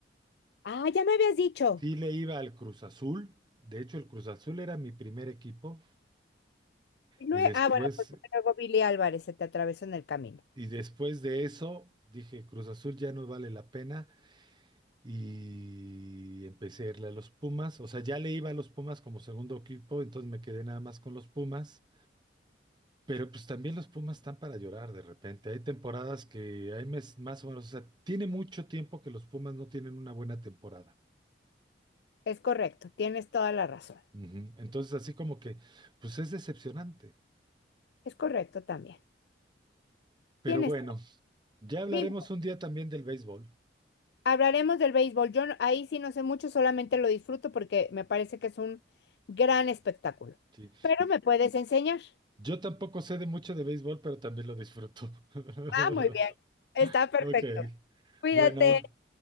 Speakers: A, on the left (about 65°); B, on the right (about 25°).
A: Ah, ya me habías dicho.
B: sí le iba al Cruz Azul. De hecho, el Cruz Azul era mi primer equipo
A: Y lue-
B: y después
A: Ah, bueno, pues luego Billy Álvarez se te atravesó en el camino.
B: y después de eso dije, Cruz Azul ya no vale la pena. y empecé a irle a los Pumas. O sea, ya le iba a los Pumas como segundo equipo, entonces me quedé nada más con los Pumas. Pero pues también los Pumas están para llorar de repente. Hay temporadas que hay mes- más o menos, o sea, tiene mucho tiempo que los Pumas no tienen una buena temporada.
A: Es correcto, tienes toda la razón.
B: Ujú. Entonces, así como que, pues es decepcionante.
A: Es correcto también.
B: Pero
A: Tienes
B: bueno,
A: toda-
B: ya hablaremos
A: Sí,
B: un día también del béisbol.
A: hablaremos del béisbol. Yo no- ahí sí no sé mucho, solamente lo disfruto porque me parece que es un gran espectáculo.
B: Sí.
A: Pero me puedes enseñar.
B: Yo tampoco sé de mucho de béisbol, pero también lo disfruto. <laughs>
A: Ah, muy bien. Está perfecto.
B: Ok.
A: Cuídate.
B: Bueno,